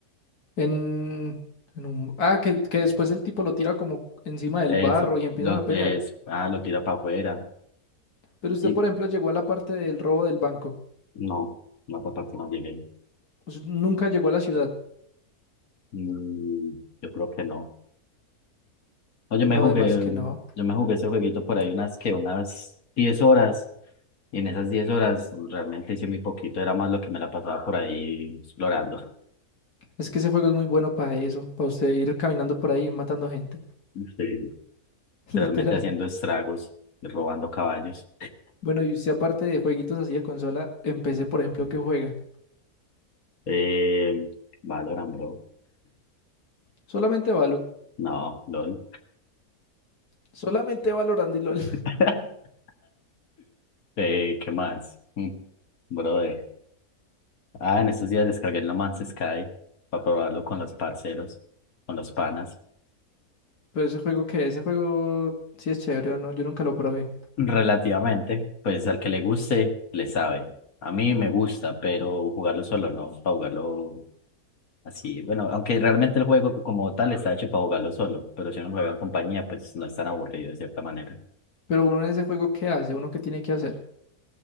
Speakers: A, on the left; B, on the left.
A: En, en un... Ah, que, que después el tipo lo tira como encima del
B: Eso,
A: barro y empiezan
B: lo,
A: a pelear.
B: es, ah, lo tira para afuera,
A: Pero usted,
B: y
A: por ejemplo, llegó a la parte del robo del banco.
B: no, no fue para que no llegué.
A: Us- nunca llegó a la ciudad.
B: Mm, yo creo que no. No, yo me
A: No,
B: jugué,
A: además que no.
B: yo me jugué ese jueguito por ahí unas que unas diez horas Y en esas 10 horas realmente hice muy poquito, era más lo que me la pasaba por ahí explorando,
A: Es que ese juego es muy bueno para eso, para usted ir caminando por ahí y matando gente.
B: Sí.
A: <laughs>
B: realmente
A: Literal.
B: haciendo estragos, y robando caballos.
A: Bueno, y usted aparte de jueguitos así de consola, empecé, por ejemplo, que juega.
B: Eh, Valorant, bro.
A: Solamente Valo.
B: No, LOL.
A: Solamente Valorant y LOL.
B: <laughs> Eh, ¿qué más? Mm, Brother. Ah, en estos días descargué el No Man's Sky para probarlo con los parceros, con los panas.
A: <laughs> Pero ese juego que, ese juego sí es chévere o no, yo nunca lo probé.
B: Relativamente, pues al que le guste, le sabe. A mí me gusta, pero jugarlo solo no, para jugarlo así. Bueno, aunque realmente el juego como tal está hecho para jugarlo solo, pero si uno juega en compañía, pues no es tan aburrido de cierta manera.
A: Pero uno en ese juego, ¿qué hace? ¿Uno qué tiene que hacer?